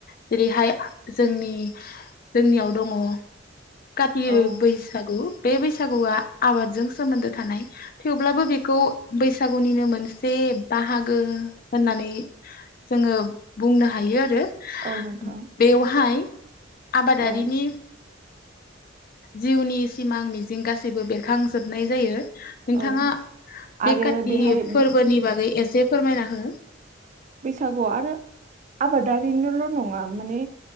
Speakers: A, on the left; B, on the right.
A: जेरैहाय जोंनि-जोंनियाव दङ काति
B: औ
A: बैसागु बे बैसागुआ आबादजों सोमोन्दो थानाय थेवब्लाबो बेखौ बैसागुनिनो मोनसे बाहागो होननानै जोङो बुंनो हायो आरो ।
B: औ नोंथां
A: बेवहाय आबादारिनि
B: औ
A: जिउनि सिमां मिजिं गासैबो बेरखांजोबनाय जायो । नोंथाङा
B: औ आरो
A: बे काति
B: बेहाय
A: फोरबोनि बागै एसे फोरमायना हो <inaudible>
B: बैसागु आरो आबादारिनोल' नङा माने